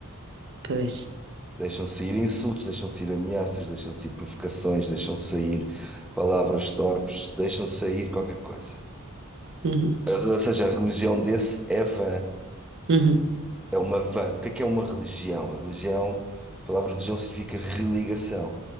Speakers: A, on the right; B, in the centre.
A: Pois.
B: Deixam sair insultos, deixam sair ameaças, deixam sair provocações, deixam sair palavras torpes, deixam sair qualquer coisa.
A: Uhum.
B: Ou seja, a religião desse é vã,
A: Uhum.
B: é uma vã. O que é que é uma religião? A religião, a palavra religião significa religação. Ou